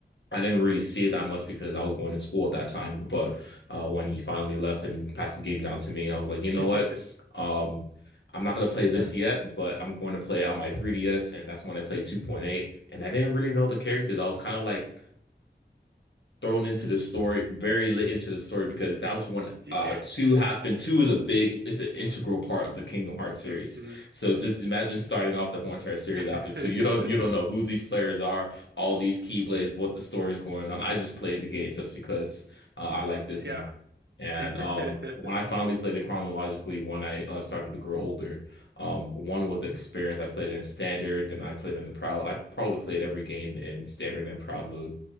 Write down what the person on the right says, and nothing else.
<laughs>
Yeah.
hmm
hmm
<laughs>
Yeah.
<laughs>